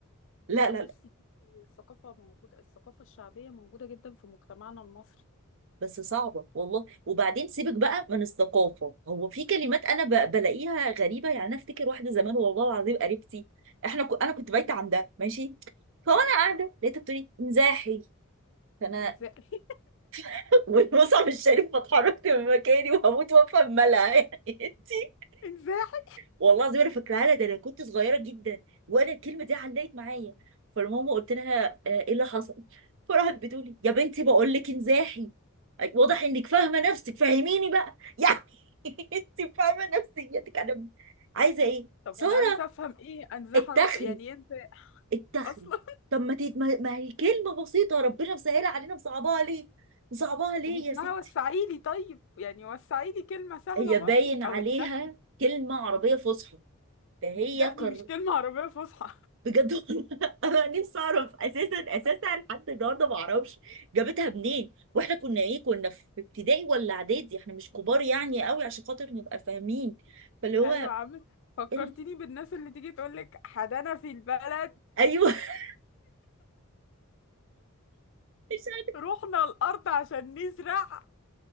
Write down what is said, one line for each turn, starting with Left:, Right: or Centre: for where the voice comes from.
Right: لا
Left: لا
Right: لا
Left: بصي دي الثقافة موجودة الثقافة الشعبية موجودة جدا في مجتمعنا المصري
Right: بس صعبة والله وبعدين سيبك بقى من الثقافة هو في كلمات أنا ب- بلاقيها غريبة يعني أنا أفتكر واحدة زمان والله العظيم قريبتي إحنا ك... أنا كنت بايتة عندها ماشي فوأنا قاعدة لقيتها بتقولي مزاحي فأنا
Left: انزاحي
Right: <laughs> والمصعب الشريف فاتحركت من مكاني وهموت وأفهم مالها يعني <laughs> أنتي
Left: <laughs> انزاحي
Right: والله العظيم انا فاكراها لها ده انا كنت صغيره جدا وانا الكلمه دي علقت معايا فالماما قلت لها آه، ايه اللي حصل فراحت بتقولي يا بنتي بقول لك انزاحي أي، واضح انك فاهمه نفسك فهميني بقى يعني <laughs> انت فاهمه نفسيتك انا عايزه ايه
Left: طب
Right: ساره
Left: انا عايزة افهم ايه انزاح
Right: اتخري
Left: اروح في- يعني إيه انت
Right: اتخري
Left: اصلا
Right: طب ما تد... ما ما هي كلمه بسيطه ربنا مسهلها علينا مصعباها ليه مصعباها ليه
Left: واسمها
Right: يا ستي
Left: وسعيلي طيب يعني وسعيلي كلمة سهلة
Right: هي
Left: برضو
Right: باين عليها
Left: أو التخ
Right: كلمه عربيه فصحى فهي
Left: لا
Right: قر...
Left: دي مش كلمة عربية فصحى
Right: بجد والله <laughs> انا نفسي اعرف اساسا اساسا لحد النهارده ما اعرفش جابتها منين واحنا كنا ايه كنا في ابتدائي ولا اعدادي احنا مش كبار يعني قوي عشان خاطر نبقى فاهمين فاللي هو
Left: <laughs> أيوة عم فكرتيني
Right: ال...
Left: بالناس اللي تيجي تقولك حدانا في البلد
Right: ايوه <laughs> مش عارفة.
Left: رحنا الأرض عشان نزرع